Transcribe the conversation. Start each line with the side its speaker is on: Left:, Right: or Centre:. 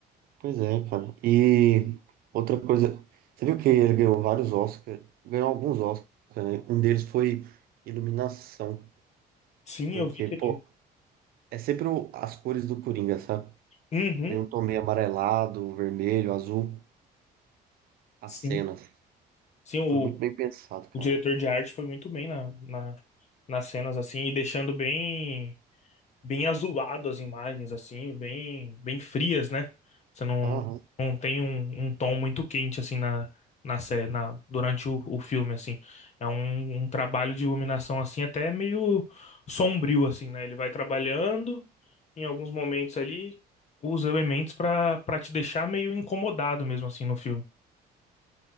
Right: Pois é, cara. E outra coisa, você viu que ele ganhou vários Oscars, ganhou alguns Oscars, né? Um deles foi iluminação,
Left: Sim,
Right: porque,
Left: eu vi que
Right: pô,
Left: ele...
Right: é sempre o- as cores do Coringa, sabe?
Left: Uhum,
Right: Meio um tom meio amarelado, vermelho, azul, as
Left: sim.
Right: cenas.
Left: Sim, o
Right: Foi muito bem pensado, cara.
Left: o diretor de arte foi muito bem na, na- nas cenas, assim, e deixando bem, bem azulado as imagens, assim, bem, bem frias, né? Você não,
Right: Aham.
Left: não tem um, um tom muito quente, assim, na, na, sé- na, durante o, o filme, assim. É um, um trabalho de iluminação, assim, até meio sombrio, assim, né? Ele vai trabalhando, em alguns momentos ali, os elementos pra para te deixar meio incomodado mesmo, assim, no filme.